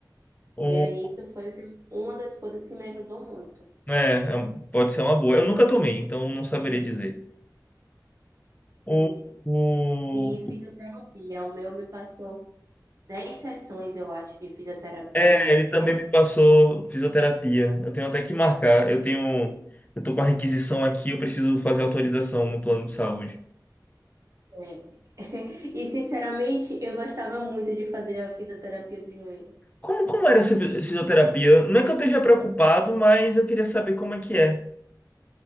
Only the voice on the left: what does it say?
O,
né, é um- pode ser uma boa. Eu nunca tomei, então não saberia dizer. O,
o,
é,
ele também me passou fisioterapia. Eu tenho até que marcar. Eu tenho, eu tô com a requisição aqui, eu preciso fazer autorização no plano de saúde.
Como, como era essa fi- fisioterapia? Não é que eu esteja preocupado, mas eu queria saber como é que é.